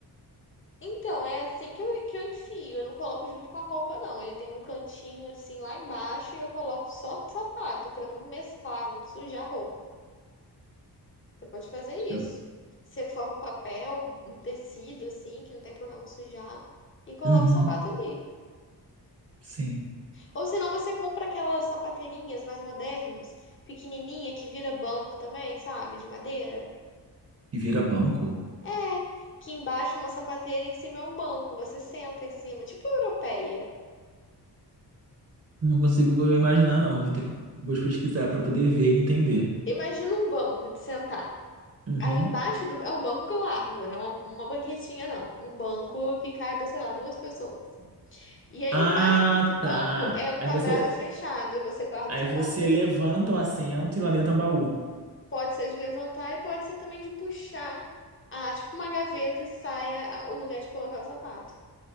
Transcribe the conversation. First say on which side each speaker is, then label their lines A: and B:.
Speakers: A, on the left (about 30°); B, on the right (about 35°).
A: Então, é assim que eu, que eu enfio. Eu não coloco junto com a roupa, não. Ele tem um cantinho assim lá embaixo e eu coloco só sapato pra não mesclar, não sujar a roupa. Você pode fazer isso.
B: Eu-
A: Você forra o papel, um tecido assim, que não tem problema sujar, e coloca
B: Uhum,
A: o sapato ali.
B: sim.
A: Ou senão você compra aquelas sapateirinhas mais modernas, pequenininha, que vira banco também, sabe? De madeira.
B: E vira banco?
A: É, que embaixo é uma sapateira, em cima é um banco. Você senta em cima, tipo europeia.
B: Não consigo imaginar, não. Eu vou ter que vou pesquisar para poder ver e entender.
A: Imagina um banco de sentar.
B: Uhum.
A: Aí embaixo do... é um banco largo, não é uma, uma banquetinha, não. Um banco que caiba, sei lá, duas pessoas. E aí
B: Ah,
A: embaixo desse banco
B: tá.
A: é um quadrado
B: Aí você,
A: fechado e você guarda
B: aí
A: os sapatos
B: você
A: ali.
B: levanta o assento e lá dentro é um baú.
A: Pode ser de levantar e pode ser também de puxar, ah, tipo uma gaveta e saia a- o lugar de colocar o sapato.